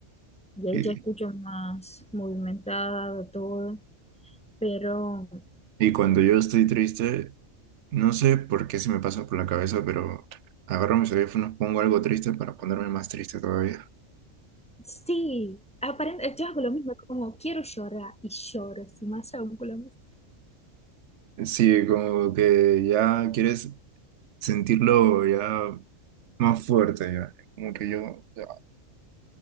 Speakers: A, in the centre; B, on the right.
A: Y ahí
B: Y,
A: ya escucho más movimentado todo, pero
B: y cuando yo estoy triste, No sé por qué se me pasa por la cabeza, pero agarro mis audífonos, pongo algo triste para ponerme más triste todavía.
A: sí, aparente, yo hago lo mismo, como quiero llorar y lloro, así más aún con la música.
B: Sí, como que ya quieres sentirlo ya más fuerte, ya. Como que yo, ya.